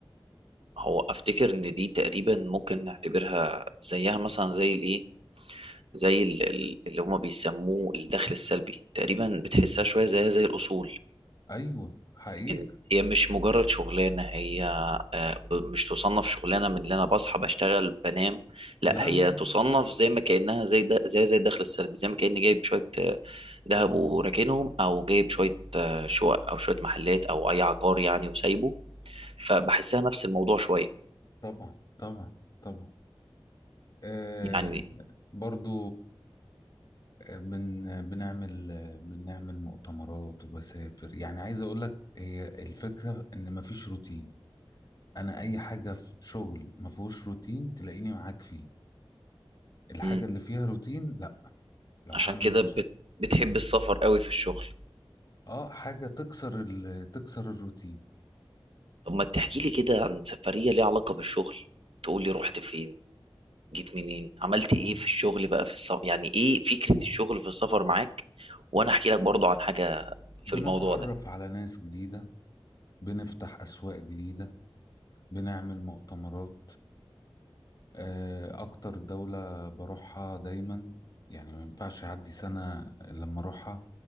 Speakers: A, on the right; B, on the left.
A: هو افتكر ان دي تقريبا ممكن نعتبرها زيها مثلا زي الايه زي ال- ال- اللي هما بيسموه الدخل السلبي تقريبا بتحسها شويه زيها زي الاصول
B: أيوة حقيقة
A: إن- هي مش مجرد شغلانة هي آه، ب- مش تصنف شغلانة من اللي أنا بصحى بشتغل بنام لا
B: لا لا
A: هي
B: لا.
A: تصنف زي ما كأنها زي ده زي زي الدخل السلبي زي ما كأني جايب شوية آه، دهب وراكنهم أو جايب شوية آه، شقق أو شوية محلات أو أي عقار يعني وسايبه فبحسها نفس الموضوع شوية
B: طبعا طبعا طبعا آه
A: يعني
B: برضو آه، بن بنعمل آه، بنعمل مؤتمرات وبسافر يعني عايز أقول لك هي الفكرة إن مفيش روتين أنا أي حاجة في شغل مفهوش روتين تلاقيني معاك فيه الحاجة
A: مم.
B: اللي فيها روتين لا لو
A: عشان
B: هعمل
A: كده
B: نفس
A: بت- بتحب السفر قوي في الشغل
B: اه حاجة تكسر ال... تكسر الروتين
A: طب ما تحكي لي كده عن سفرية ليها علاقة بالشغل تقول لي رحت فين جيت منين عملت ايه في الشغل بقى في السفر يعني ايه فكرة الشغل في السفر معاك وانا احكي لك برضو عن حاجة في
B: بنتعرف
A: الموضوع ده
B: على ناس جديدة بنفتح أسواق جديدة بنعمل مؤتمرات آه، أكتر دولة بروحها دايما يعني ما ينفعش يعدي سنة إلا لما أروحها